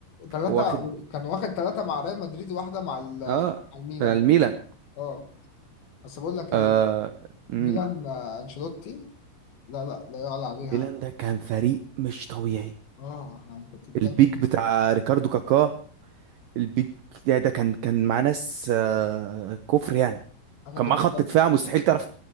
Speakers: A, on the left (about 60°); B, on the right (about 75°).
A: ثلاثه
B: واخد
A: كان واخد ثلاثه مع ريال مدريد واحده مع ال-
B: اه
A: مع الميلان
B: الميلان
A: اه بس بقول لك ايه
B: آه... مم.
A: ميلان آه، انشيلوتي لا لا لا يعلى عليها
B: ميلان ده كان فريق مش طبيعي
A: اه يعني انت بتتكلم
B: البيك بتاع ريكاردو كاكا البيك ده, ده كان كان مع ناس آه... كفر يعني
A: انا
B: كان
A: كنت
B: معاه خط دفاع مستحيل تعرف